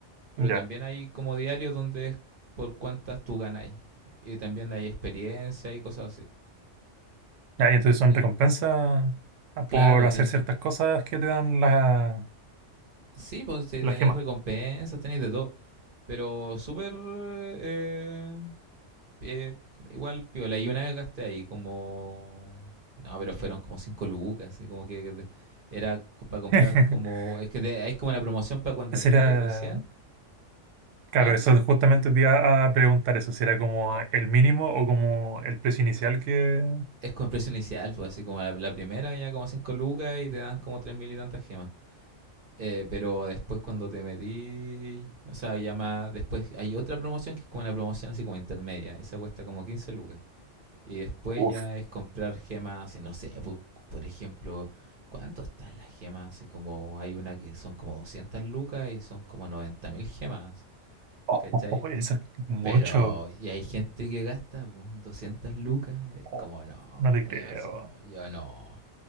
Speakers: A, on the right; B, on the right.
A: Pero
B: Ya.
A: también hay como diarios donde es por cuántas tú ganáis. Y también hay experiencia y cosas así.
B: Ya, y entonces son
A: En-
B: recompensas a-
A: claro,
B: por hacer
A: tien-
B: ciertas cosas que te dan la,
A: sí, pues si
B: la
A: tenéis
B: gema.
A: recompensas, tenéis de todo. Pero súper eh, eh, igual piola. Y una vez gasté ahí como... No, pero fueron como 5 lucas, así como que que era para comprar
B: <laughs>
A: como... Es que te- hay como una promoción para cuando
B: Ese
A: entráis
B: era,
A: recién.
B: claro,
A: ¿Ah?
B: eso justamente te iba a preguntar eso, si era como el mínimo o como el precio inicial que...
A: Es como el precio inicial, pues así como la, la primera ya como 5 lucas y te dan como 3 mil y tantas gemas. Eh, pero después cuando te metí... O sea, ya más... Después hay otra promoción que es como una promoción así como intermedia. Esa cuesta como 15 lucas. Y después
B: Uf,
A: ya es comprar gemas, y no sé, pu- por ejemplo, ¿cuánto están las gemas? Así como hay una que son como 200 lucas y son como noventa mil gemas,
B: <laughs> oh,
A: ¿cachai?
B: oh, oh, eso es mucho.
A: Pero, y hay gente que gasta pu, 200 lucas, es
B: Oh,
A: como, no,
B: no te creo.
A: demasiado, yo no,